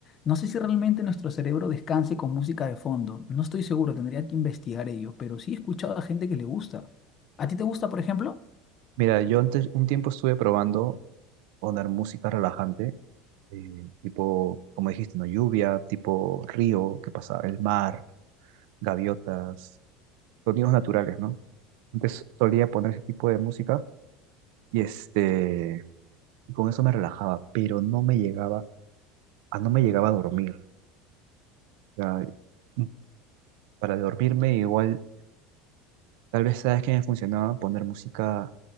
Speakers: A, on the left (about 25°); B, on the right (about 60°).
A: No sé si realmente nuestro cerebro descanse con música de fondo. No estoy seguro, tendría que investigar ello, pero sí he escuchado a gente que le gusta. ¿A ti te gusta, por ejemplo?
B: Mira, yo antes un tiempo estuve probando poner música relajante, eh, tipo, como dijiste, ¿no? Lluvia, tipo río, ¿qué pasa? El mar, gaviotas, sonidos naturales, ¿no? Antes solía poner ese tipo de música y este, y con eso me relajaba, pero no me llegaba, a no me llegaba a dormir. sea, mm, para dormirme igual, tal vez sabes que me funcionaba poner música